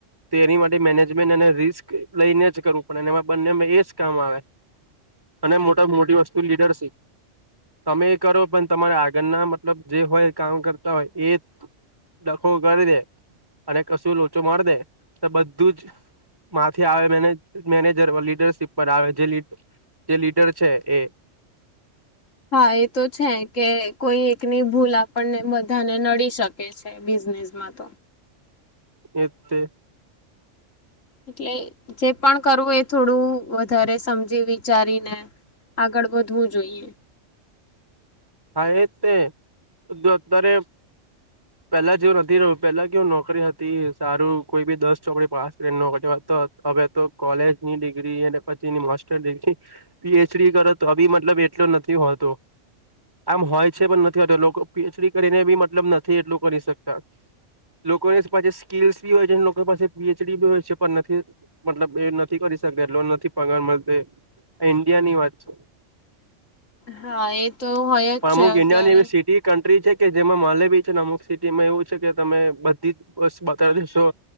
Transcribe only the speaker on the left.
હા એ તો છે કે કોઈ એકની ભૂલ આપણને બધાને નડી શકે. કે છે બિઝનેસમાં તો.
એટલે જે પણ કરવું એ. થોડું વધારે સમજી વિચારીને આગળ વધવું જોઈએ.
હા એ તો હોય. જ
છે
અત્યારે